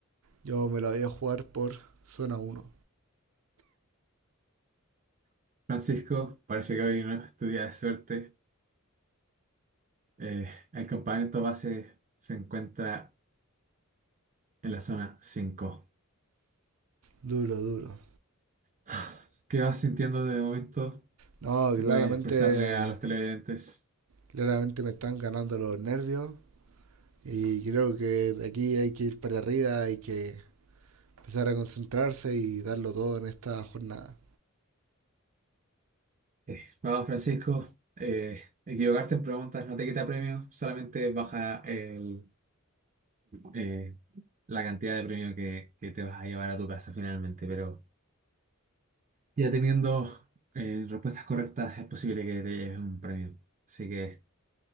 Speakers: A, on the right; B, on the right.
A: yo me lo voy a jugar por zona uno
B: Francisco, parece que hoy no es tu día de suerte. Eh, el campamento base se encuentra en la zona 5.
A: Duro, duro.
B: <sighs> ¿Qué vas sintiendo de momento?
A: No,
B: Si
A: claramente
B: puedes expresarle a los televidentes.
A: Claramente me están ganando los nervios y creo que de aquí hay que ir para arriba, hay que empezar a concentrarse y darlo todo en esta jornada.
B: Eh, Vamos, Francisco, eh, equivocarte en preguntas no te quita premio, solamente baja el, eh, la cantidad de premio que, que te vas a llevar a tu casa finalmente, pero ya teniendo eh, respuestas correctas es posible que te lleves un premio. Así que